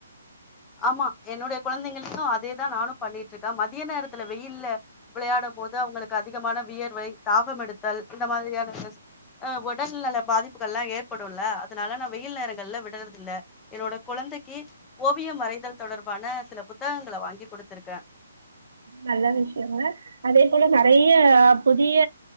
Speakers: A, on the left; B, on the right.
A: ஆமா என்னுடைய குழந்தைங்களுக்கு அதேதா நானு பண்ணிட்டிருக்கே மதிய நேரத்துல வெயில்ல விளையாட போது அவுங்களுக்கு அதிகமான வியர்வை தாகம் எடுத்தல் இந்த மாதிரியான ஸ்டெர்ஸ் ஒடல் நல பாதிப்புகல்லா ஏற்படுல்ல அதனால நா வெயில் நேரங்கள்ல விடறது இல்ல என்னோட குழந்தைக்கு ஓ வியம் வறைதல் தொடர்பான சில புத்தகங்கள வாங்கி குடுத்திருக்கே
B: நல்ல விஷயங்க அதே போல நெறைய புதிய